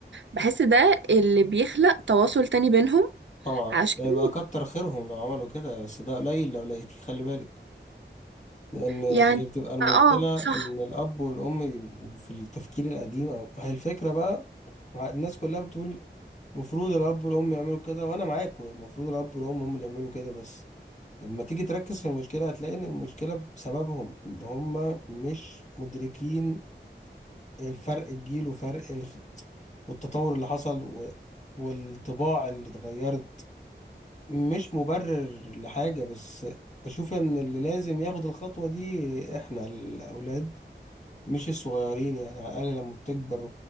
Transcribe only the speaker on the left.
طبعا
ده يبقى كتر خيرهم لو عملوا كده بس ده قليل لو لقيتيه خلي بالك لأن هي
بتبقى المشكلة
إن الأب والأم ي- في التفكير القديم أو هي الفكرة بقى ع- الناس كلها بتقول المفروض الأب والأم يعملوا كده وأنا معاك المفروض الأب والأم هم اللي يعملوا كده بس لما تيجي تركز في المشكلة هتلاقي إن المشكلة بسببهم إن هم مش مدركين الفرق الجيل وفرق الخ... والتطور اللي حصل و... والطباع اللي اتغيرت مش مبرر لحاجة بس بشوف ان اللي لازم ياخد الخطوة دي احنا الاولاد مش الصغيرين يعني على الاقل لما بتكبر